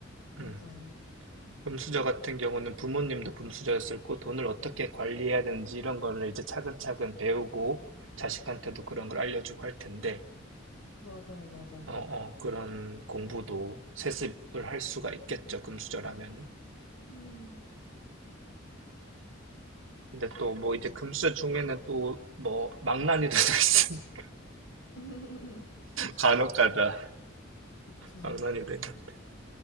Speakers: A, on the left; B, on the right.
A: 맞아요.
B: 음. 금수저 같은 경우는 부모님도 금수저였을 고 돈을 어떻게 관리해야 되는지 이런 거를 이제 차근차근 배우고 자식한테도 그런 걸 알려주고 할 텐데,
A: 맞아요, 맞아요.
B: 어, 어, 그런 공부도 세습을 할 수가 있겠죠, 금수저라면은.
A: 음,
B: 근데 또 뭐
A: 그럼.
B: 이제 금수 중에는 또 뭐 망나니도 <laughs> 또 있습니다.
A: <laughs>
B: 간혹 가다
A: 그쵸.
B: 망나니도 있는데.